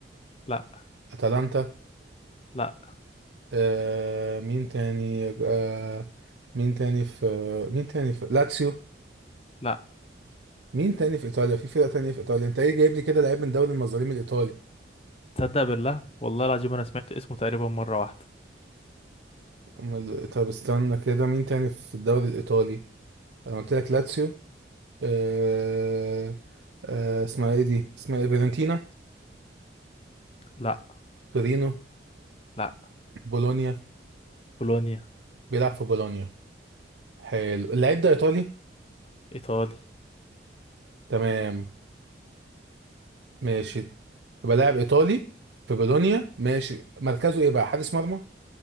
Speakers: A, on the left; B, on the right.
A: لا
B: أتلانتا
A: لا
B: آه مين تاني آه مين تاني في مين تاني في لاتسيو
A: لا
B: مين تاني في إيطاليا في فرقة تانية في إيطاليا أنت إيه جايب لي كده لعيب من دوري المظالم الإيطالي
A: تصدق بالله والله العظيم انا سمعت اسمه تقريبا مرة واحدة
B: أمال- طب استنى كده مين تاني في الدوري الإيطالي أنا قلت لك لاتسيو آه... آه... اسمها إيه دي اسمها إيه فيرنتينا
A: لا
B: تورينو
A: لا
B: بولونيا
A: بولونيا
B: بيلعب في بولونيا حلو اللعيب ده إيطالي
A: ايطالي
B: تمام ماشي يبقى لاعب إيطالي في بولونيا ماشي مركزه إيه بقى حارس مرمى